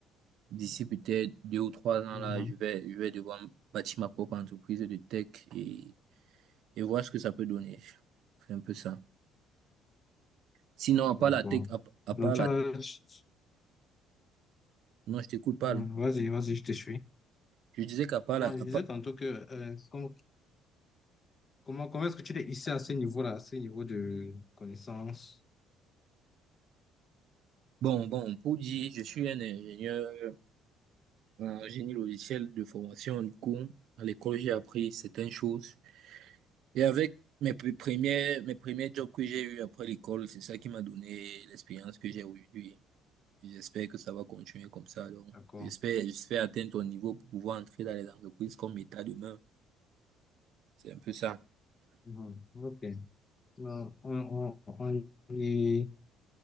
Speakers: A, on the right (about 60°); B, on the left (about 30°).
A: d'ici peut-être deux ou trois ans,
B: Mhm.
A: là, je vais, je vais devoir bâtir ma propre entreprise de tech et, et voir ce que ça peut donner. C'est un peu ça. Sinon, à part
B: D'accord.
A: la tech, à, à
B: Donc,
A: part
B: tu
A: la,
B: as- tu-
A: non, je t'écoute pas.
B: Mhm. Vas-y, vas-y, je te suis.
A: Je disais qu'à part
B: Alors,
A: la, à
B: je disais
A: part-
B: tantôt que euh, com- comment, comment est-ce que tu t'es hissé à ce niveau-là, à ce niveau de connaissance?
A: bon, bon, pour dire, je suis un ingénieur en génie logiciel de formation. Du coup, à l'école, j'ai appris certaines choses. Et avec mes pr- premiers, mes premiers jobs que j'ai eu après l'école, c'est ça qui m'a donné l'expérience que j'ai aujourd'hui. J'espère que ça va continuer comme ça. Donc,
B: D'accord.
A: j'espère, j'espère atteindre ton niveau pour pouvoir entrer dans les entreprises comme État demain. C'est un peu ça.
B: Mhm. Ok. Alors, on, on, on, y-